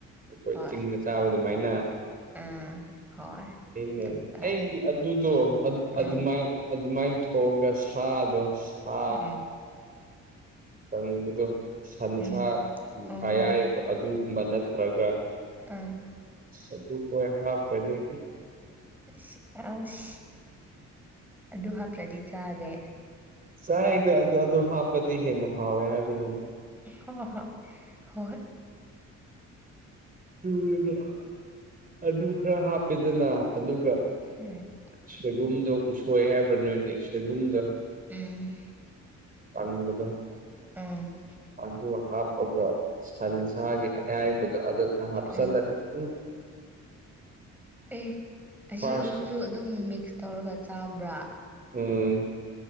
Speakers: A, on the right (about 30°); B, in the centre.
A: ꯑꯩꯈꯣꯏ
B: ꯍꯣꯏ
A: ꯆꯤꯡꯗ ꯆꯥꯕ ꯑꯗꯨꯃꯥꯏꯅ
B: ꯑꯥ ꯍꯣꯏ
A: ꯅꯦ
B: ꯑꯗꯨꯝ ꯆꯥꯏ
A: ꯑꯩꯗꯤ ꯑꯗꯨꯗꯣ
B: ꯎꯝ
A: ꯑꯗꯨꯃ ꯑꯗꯨꯃꯥꯏꯅ ꯊꯣꯛꯑꯒ ꯁꯥꯗꯣ ꯁꯥ
B: ꯎꯝ
A: ꯀꯪꯕꯗꯣ ꯁꯟꯁꯥ
B: ꯎꯝ ꯎꯝ
A: ꯑꯌꯥꯏꯕ ꯑꯗꯨꯒꯨꯝꯕ ꯅꯠꯇ꯭ꯔꯒ
B: ꯑꯝ
A: ꯁꯗꯨ ꯀꯣꯏ ꯍꯥ ꯀꯗ
B: ꯑꯁ ꯑꯁ ꯑꯗꯨ ꯍꯥꯄ꯭ꯔꯗꯤ ꯆꯗꯦ
A: ꯁ ꯏ ꯑꯗꯨ ꯑꯗꯨ ꯍꯥꯄꯗꯤ ꯍꯦꯅ ꯍꯥꯎꯋꯥꯦ ꯌꯥꯒꯅ ꯑꯗꯨ
B: ꯍ ꯍ ꯍꯣꯏ
A: ꯑꯗꯨ ꯑꯗꯨ ꯈꯔ ꯍꯥꯞꯄꯦꯗꯅ ꯑꯗꯨꯒ
B: ꯎꯝ
A: ꯁꯣꯏꯕꯨꯝꯗꯣ ꯎꯁꯣꯏ ꯍꯥꯏꯕ꯭ꯔꯥ ꯅꯣꯏꯗꯤ ꯁꯣꯏꯕꯨꯝꯗꯣ
B: ꯎꯝ
A: ꯇꯪꯗ
B: ꯎꯝ
A: ꯑꯗꯨ ꯑꯗꯨ ꯍꯥꯄꯒ ꯁꯟꯁꯒꯦ ꯌꯥꯕꯗꯣ ꯑꯗꯨ ꯍꯥꯞꯁꯂꯗꯤ
B: ꯎꯝ
A: ꯎꯝ
B: ꯑꯦ ꯑꯁꯤ
A: ꯐꯥꯔꯁ
B: ꯑꯍꯨꯝꯁꯨ ꯑꯗꯨꯝ ꯃꯤꯛꯁ ꯇꯧꯔꯒ ꯆꯥꯕ꯭ꯔꯥ
A: ꯎꯝ